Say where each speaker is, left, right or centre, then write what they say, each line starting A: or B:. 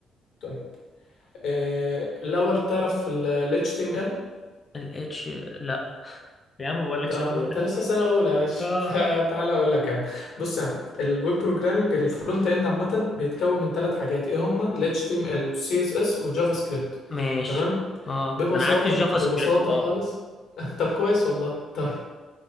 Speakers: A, on the left; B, on the left.
A: طيب إيه، الاول تعرف ال ال HTML
B: الاتش لا يا عم بقول لك
A: لا
B: سيبهولك
A: ما انت لسه سنه اولى ماشي
B: اه
A: <laughs> فتعالى اقول لك يا عم بص يا عم الويب بروجرامنج الفرونت اند عامه بيتكون من ثلاث حاجات ايه هما ال HTML وال CSS والجافا سكريبت
B: ماشي
A: تمام
B: اه
A: ببساطه
B: انا عارف الجافا سكريبت
A: ببساطه
B: اه
A: خالص <laughs> طب كويس والله طيب